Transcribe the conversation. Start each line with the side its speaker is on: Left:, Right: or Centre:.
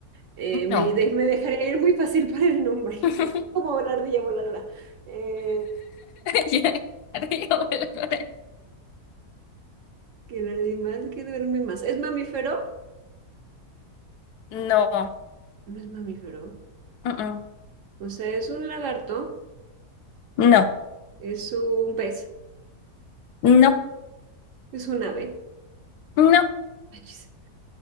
Right: Eh, me,
Left: No.
Right: de- me dejaría ir muy fácil <laughs> para el nombre, <laughs>
Left: <laughs>
Right: como la ardilla voladora. Eh,
Left: Ya, arriba, voladora.
Right: que el animal que duerme más. ¿Es mamífero?
Left: No.
Right: No es mamífero.
Left: Mm, mm.
Right: O sea, es un lagarto,
Left: No.
Right: es un pez,
Left: No.
Right: es un ave.
Left: No.
Right: Achis.